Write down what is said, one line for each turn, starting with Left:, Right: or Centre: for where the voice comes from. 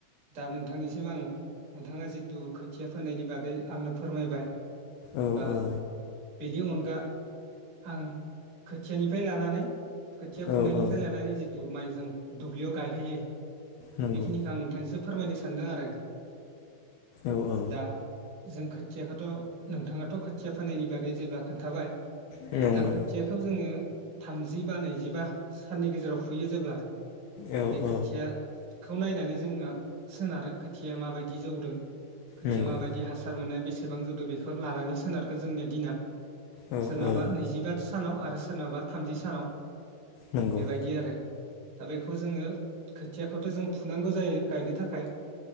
Right: दा नोंथांनिसिम आं नोंथाङा जिथु खोथिया फोनायनि बागै आंनो फोरमायबाय।
Left: औ
Right: दा
Left: औ
Right: बेनि अन गा आं खोथियानिफ्राय लानानै खोथिया फुनायनिफ्राय
Left: औ औ
Right: लानानै जि थुब माइ जों दुब्लियाव गायहैयो।
Left: नंगौ
Right: बेखिनिखो आं नोंथांसिम फोरमायनो सानदों आरो‌।
Left: औ औ
Right: दा जों खोथियाखौथ' नोंथाङाथ' खोथिया फोनायनि बागै जेब्ला खोन्थाबाय
Left: नंगौ
Right: दा खोथियाखौ जोङो थामजि बा नैजिबा साननि गेजेराव फुयो जेब्ला
Left: औ
Right: बे
Left: औ
Right: खोथिया खौ नायनानै जोंहा सोनारो खोथिया माबायदि जौदों। खोथिया
Left: नंगौ
Right: माबायदि हासार मोननो बेसे बेसेबां जौदो बेखौ लानानै सोनारगोन जोंनिया दिना।
Left: औ
Right: सोरनाबा
Left: औ
Right: नैजिबा सानाव आरो सोरनाबा थामजि सानाव
Left: नंगौ
Right: बेबायदि आरो दा बेखौ जोङो खोथियाखौथ' जों फुनांगौ जायो गायनो थाखाय